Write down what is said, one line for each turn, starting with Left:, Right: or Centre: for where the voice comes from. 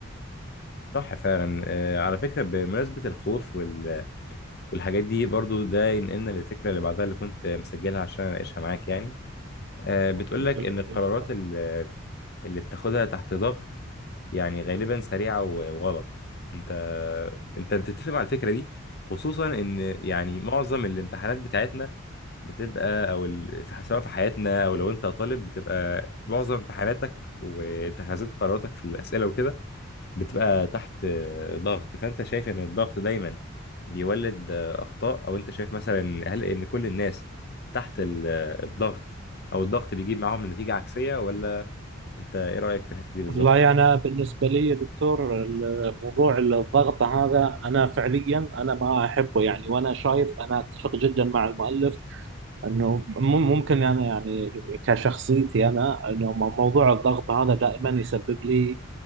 Left: صح فعلا آه، على فكره بمناسبه الخوف وال- والحاجات دي برضو ده ينقلنا للفكره اللي بعدها اللي كنت مسجلها عشان اناقشها معاك يعني آه، بتقول
Right: بتقول
Left: لك ان
Right: لك
Left: القرارات
Right: كده
Left: ال- اللي بتاخدها تحت ضغط يعني غالبا سريعه و- وغلط انت انت بتتفق مع الفكره دي خصوصا ان يعني معظم الامتحانات بتاعتنا بتبقى او ال... في- سواء في حياتنا او لو انت طالب بتبقى معظم امتحاناتك واتخاذات قراراتك في الاسئله وكده بتبقى تحت آه، ضغط فانت شايف ان الضغط دايما بيولد آه، اخطاء او انت شايف مثلا هل ان كل الناس تحت ال- آه، الضغط او الضغط بيجيب معاهم نتيجه عكسيه ولا انت ايه رايك في الحته دي بالظبط
Right: والله أنا بالنسبة لي يا دكتور ال- الوقوع للضغط هذا أنا فعليا أنا ما أحبه يعني وأنا شايف أنا أتفق جدا مع المؤلف أنه مم- ممكن أنا يعني كشخصيتي أنا أنه مو- موضوع الضغط هذا دائما يسبب لي